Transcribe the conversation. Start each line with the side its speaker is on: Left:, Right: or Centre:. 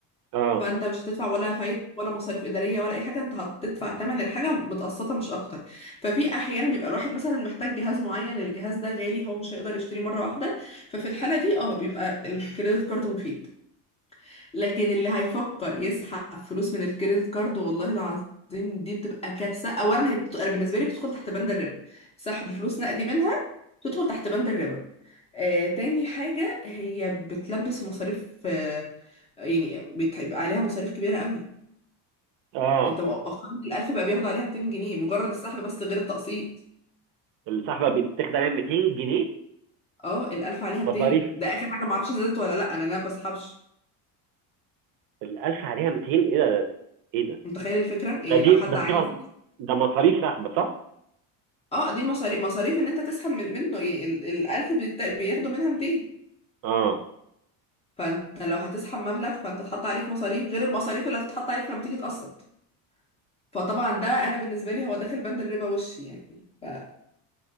Right: اه
Left: فانت مش هتدفع ولا فايده ولا مصاريف اداريه ولا اي حاجه انت هتدفع تمن الحاجه متقسطه مش اكتر ففي احيانا بيبقى الواحد مثلا محتاج جهاز معين الجهاز ده غالي هو مش هيقدر يشتريه مره واحده ففي الحاله دي اه بيبقى الكريدت كارد مفيد لكن اللي هيفكر يسحب فلوس من الكريدت كارد والله العظيم دي بتبقى كارثة اولا هي بت... أنا بالنسبة لي بتدخل تحت بند الربا سحب فلوس نقدي منها بتدخل تحت بند الربا آه، تاني حاجة هي بتلبس في مصاريف آه، يعني بيبقى عليها مصاريف كبيرة قوي
Right: اه
Left: انت مؤخرا الألف بقى بياخدوا عليها 200 جنيه مجرد السحب بس غير التقسيط
Right: السحبه بتاخد عليها 200 جنيه
Left: اه الألف عليها
Right: مصاريف
Left: 200 ده آخر حاجة معرفش زادت ولا لأ أنا أنا ما بسحبش
Right: الألف عليها 200 إيه ده ده- إيه ده
Left: متخيل الفكرة
Right: ده
Left: يعني
Right: دي
Left: لو حد
Right: بس
Left: عايز
Right: دي مص- ده مصاريف سحب صح؟
Left: اه دي مصاريف مصاريف ان انت تسحب من منه يعني ال- الالف بيت- بياخدوا منها 200
Right: اه
Left: فانت لو هتسحب مبلغ فانت اتحط عليك مصاريف غير المصاريف اللي هتتحط عليك لما تيجي تقسط فطبعا ده انا بالنسبه لي هو داخل بند الربا وش يعني ف...